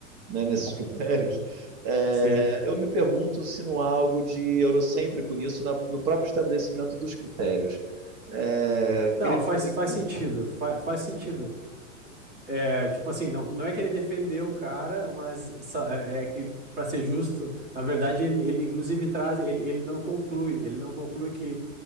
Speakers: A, on the right; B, on the right.
A: né, nesses critérios, é,
B: Sim.
A: eu me pergunto se não há algo de eurocêntrico nisso, na- no próprio estabelecimento dos critérios. É,
B: Não,
A: queria
B: faz,
A: te ouvir.
B: faz sentido. Faz, faz sentido. É, tipo assim, não, não é que ele defendeu o cara, mas só- é, é que, pra ser justo, na verdade, ele, ele inclusive traz, ele, ele não conclui, ele não conclui que